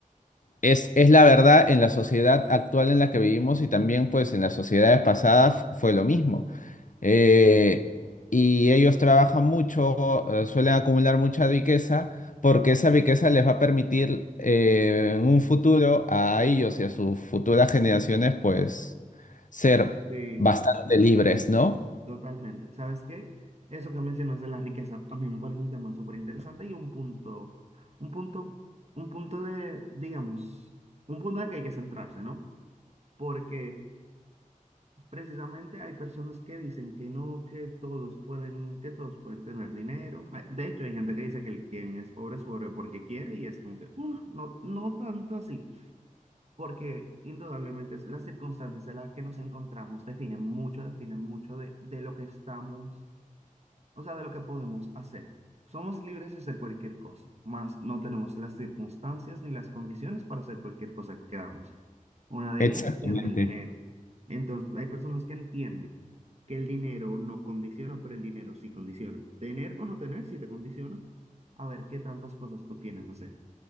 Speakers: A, on the left (about 70°); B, on the right (about 50°).
A: es, es la verdad en la sociedad actual en la que vivimos y también pues en las sociedades pasadas f- fue lo mismo. Eh, y ellos trabajan mucho, eh, suelen acumular mucha riqueza porque esa riqueza les va a permitir eh, en un futuro a ellos y a sus futuras generaciones pues ser
B: Sí,
A: bastante libres, ¿no?
B: totalmente. ¿Sabes qué? Eso que mencionas de la riqueza, a mí me parece un tema súper interesante y un punto, un punto, un punto de, digamos, un punto en el que hay que centrarse, ¿no? Porque precisamente hay personas que dicen que no, que todos pueden, que todos pueden tener dinero. Ah, De hecho, hay gente que dice que el quien es pobre es pobre porque quiere y es como que, "Uf, no, no tanto así. porque indudablemente es- las circunstancias en las que nos encontramos definen mucho, definen mucho de, de lo que estamos, o sea, de lo que podemos hacer. Somos libres de hacer cualquier cosa, más no tenemos las circunstancias ni las condiciones para hacer cualquier cosa que queramos. Una de
A: Exactamente.
B: ellas siendo el dinero. Entonces, hay personas que entienden que el dinero no condiciona, pero el dinero sí condiciona. Tener o no tener sí te condiciona a ver qué tantas cosas tú tienes que hacer.